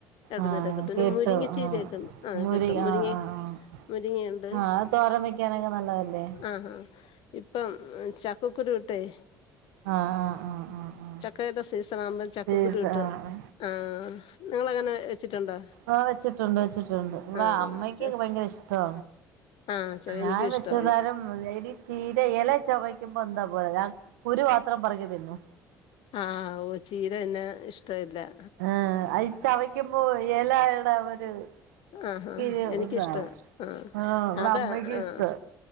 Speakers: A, on the left; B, on the right.
A: എവിടുന്നേര
B: ആഹ്
A: കിട്ടും പിന്നെ
B: കേട്ടു
A: മുരിങ്ങച്ചേരിക്കെ
B: ആഹ്
A: ആഹ്
B: മുരി
A: കിട്ടും മുരിങ്ങെ
B: ആഹ് ആഹ് ആഹ്
A: മുരിങ്ങേണ്ട്
B: ആഹ് അത് തോരൻ വെക്കാനൊക്കെ നല്ലതല്ലേ
A: ആഹാ ഇ പ്പം ചക്കക്കുരുട്ടെയ്
B: ആഹ് ആഹ് ആഹ് ആഹ് ആഹ്
A: ക്കേടെ സീസണാകുമ്പോം ചക്കക്കുരു
B: സീസ
A: വിട്ട്
B: ആഹ്
A: ആഹ് നിങ്ങളങ്ങനെ വെച്ചിട്ടുണ്ടോ?
B: ആഹ് വെച്ചിട്ടുണ്ട് വെച്ചിട്ടുണ്ട് ഇവ്ടെ
A: ആ
B: അമ്മക്കൊക്കെ
A: ച
B: ഭയങ്കര ഇഷ്ടാ
A: ആ ച
B: ഞാൻ
A: എനിക്കും ഇഷ്ടമാണ്
B: വെച്ച തരംരി ചീര ഇല ചവയ്ക്കുമ്പോ എന്താ പോലെ ഞാൻ കുരു മാത്രം പറക്കി തിന്നു
A: ആഹ് ഓ ചീരന്നെ ഇഷ്ടമല്ല
B: ആഹ് അത് ചവയ്ക്കുമ്പോ ഈ ഏലട ഒരു
A: ആഹഹാ
B: കിഴി
A: എനിക്കിഷ്ടാ
B: ഇതാവും
A: ആഹാ
B: ആഹ് ഇവിടെ
A: അതാ
B: അമ്മയ്ക്ക്
A: ആഹാ
B: ഇഷ്ടാ